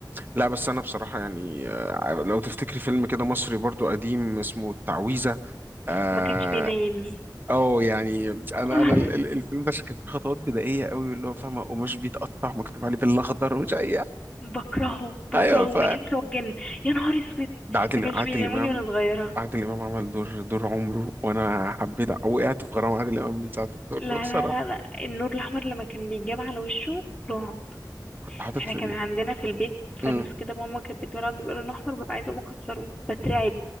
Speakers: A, on the right (about 25°); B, on the left (about 15°).
A: لا بس انا بصراحه يعني آه، لو تفتكري فيلم كده مصري برضو قديم اسمه التعويذه آه
B: ما كانش بينيمني
A: اه يعني انا
B: <laughs>
A: انا ال- ال- الفيلم ده كان فيه خطوات بدائيه قوي واللي هو فاهمه قماش بيتقطع مكتوب عليه بالاخضر ومش اي
B: بكرهه بكرهه
A: ايوه ف
B: والانس والجن يا نهار اسود
A: ده عادل
B: ما كانش
A: عادل
B: بيناموني
A: امام
B: وانا صغيرة
A: عادل امام عمل دور دور عمره وانا حبيت وقعت في غرام عادل امام من ساعه الدور ده
B: لا
A: بصراحه
B: لا لا لا النور الاحمر لما كان بيتجاب على وشه رعب
A: كنت حاطط
B: احنا كان عندنا في البيت
A: امم
B: فانوس كده ماما كانت بتولعه بيبقى لونه احمر ببقى عايزه اقوم اكسره بترعب